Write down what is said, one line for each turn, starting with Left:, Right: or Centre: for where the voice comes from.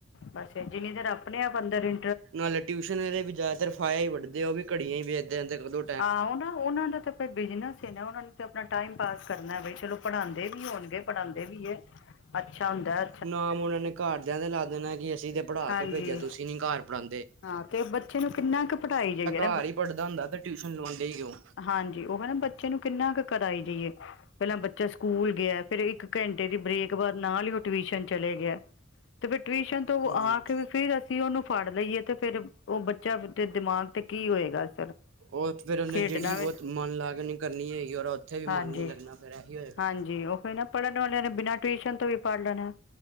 Left: ਬਸ ਜਿੰਨੀ ਦੇਰ ਆਪਣੇ ਆਪ ਅੰਦਰ ਏ
Right: ਨਾਲੇ ਟਿਊਸ਼ਨ ਆਲੇ ਵੀ ਜ਼ਿਆਦਾਤਰ ਫਾਇਆ ਹੀ ਵੱਢਦੇ ਆ, ਉਹ ਵੀ ਘੜੀਆਂ ਹੀ ਵੇਖਦੇ ਰੇਹਂਦੇ ਆ ਕਦੋ
Left: ਹਾਂ ਉਹ ਨਾ, ਉਹਨਾਂ ਦਾ ਤੇ ਤੇ ਬਿਜਨਸ ਏ ਨਾ, ਉਹਨਾਂ ਨੂੰ ਤੇ ਆਪਣਾ ਟਾਈਮ ਪਾਸ ਕਰਨਾ ਬਇ ਚਲੋ ਪੜ੍ਹਾਉਂਦੇ ਵੀ ਹੋਣਗੇ, ਪੜਾਉਂਦੇ ਵੀ ਏ ਅੱਛਾ ਹੁੰਦਾ
Right: ਨਾਮ ਉਹਨਾਂ ਨੇ ਘਰਦਿਆਂ ਦੇ ਲਾ ਦੇਣਾ, ਕਿ ਅਸੀਂ ਤੇ ਪੜ੍ਹਾ
Left: ਹਾਂਜੀ
Right: ਕੇ ਭੇਜਿਆ ਤੁਸੀਂ ਨੀ ਘਰ ਪੜ੍ਹਉਂਦੇ
Left: ਹਾਂ ਤੇ ਬੱਚੇ ਨੂੰ ਕਿੰਨਾ ਕੁ ਪੜ੍ਹਾਈ ਜਾਇਏ
Right: ਘਰ ਹੀ ਪੜ੍ਹਦਾ ਹੁੰਦਾ, ਤੇ ਟਿਊਸ਼ਨ ਲਵਾਉਂਦੇ ਹੀ ਕਿਉਂ
Left: ਹਾਂਜੀ, ਉਹ ਹਨਾ ਬੱਚੇ ਨੂੰ ਕਿੰਨਾ ਕੁ ਕਰਾਈ ਜਾਈਏ ਪਹਿਲਾਂ ਬੱਚਾ ਸਕੂਲ ਗਿਆ, ਫੇਰ ਇੱਕ ਘੰਟੇ ਦੀ ਬ੍ਰੇਕ ਬਾਅਦ ਨਾਲ ਹੀ ਉਹ ਟਿਊਸ਼ਨ ਚਲੇ ਗਿਆ ਤੇ ਫਿਰ ਟਿਊਸ਼ਨ ਤੋਂ
Right: ਹੂੰ।
Left: ਆ ਕੇ ਵੀ ਫਿਰ ਅਸੀਂ ਉਹਨੂੰ ਫੜ ਲਈਏ, ਤੇ ਫੇਰ ਉਹ ਬੱਚਾ ਦੇ ਦਿਮਾਗ ਤੇ ਕੀ ਹੋਏਗਾ ਅਸਰ
Right: ਉਹ ਏਦਰ ਉਹਨੇ
Left: ਖੇਡਣਾ
Right: ਜਿਹੜੀ ਬਹੋਤ
Left: ਵੀ
Right: ਮਨ ਲਾਕੇ ਉਨੇ ਕਰਨੀ ਹੈਗੀ, ਔਰ ਉੱਥੇ ਵੀ
Left: ਹਾਂਜੀ
Right: ਮਨ ਨੀ ਲੱਗਣਾ ਫਿਰ ਆਹੀ ਹੋਏਗਾ
Left: ਹਾਂਜੀ ੳਹ ਏਨਾ ਪੜ੍ਹਨ ਵਾਲੇਆਂ ਨੇ ਬਿਨਾਂ ਟਿਊਸ਼ਨ ਤੋਂ ਵੀ ਪੜ੍ਹ ਲੈਣਾ ਏ।